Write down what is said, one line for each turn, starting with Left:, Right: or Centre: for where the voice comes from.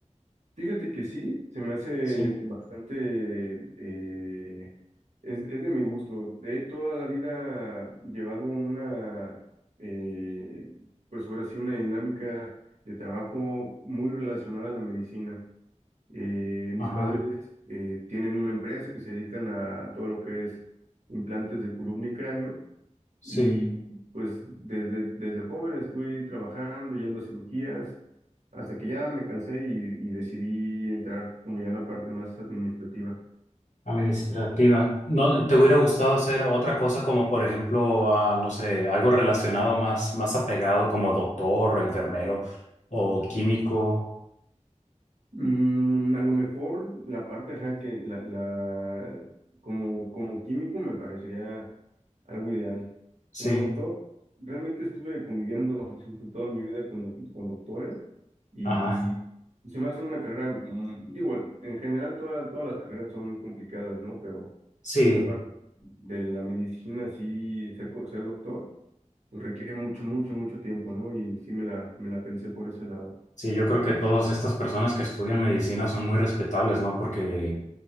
Right: Fíjate que sí, se me hace
Left: Sí,
Right: bastante, eh, es, es de mi gusto. He toda la vida llevado una, eh, pues ahora sí, una dinámica de trabajo muy relacionada a la medicina. Eh, mis
Left: ajá,
Right: padres eh, tienen una empresa que se dedican a todo lo que es implantes de columna y cráneo
Left: sí,
Right: y pues desde, desde joven estuve trabajando, yendo a cirugías, hasta que ya me cansé y, y decidí entrar como ya en la parte más administrativa.
Left: administrativa. ¿No te hubiera gustado hacer otra cosa como, por ejemplo, ah, no sé, algo relacionado más, más apegado como doctor, enfermero o químico?
Right: Mm, a lo mejor la parte, ajá, que la, la- como, como químico me parecería algo ideal. Como
Left: Sí,
Right: doctor, realmente estuve conviviendo <laughs> toda mi vida con, doc- con doctores y
Left: ajá.
Right: se me hace una carrera, mm, digo, en general toda- todas las carreras son complicadas, ¿no? Pero
Left: Sí,
Right: La parte de la medicina, sí, ser, co- ser doctor, pues requiere mucho, mucho, mucho tiempo, ¿no? Y sí me la, me la pensé por ese lado.
Left: Sí, yo creo que todas estas personas que estudian medicina son muy respetables, ¿no? Porque,